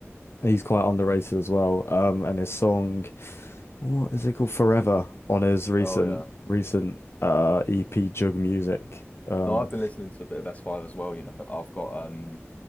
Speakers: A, on the left (about 55°); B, on the left (about 30°).
A: He's quite underrated as well. Um, and his song, what is it called? Forever on his recent
B: Oh yeah.
A: recent uh EP Jug Music. Um,
B: No, I've been listening to a bit of S5 as well, you know. I've got um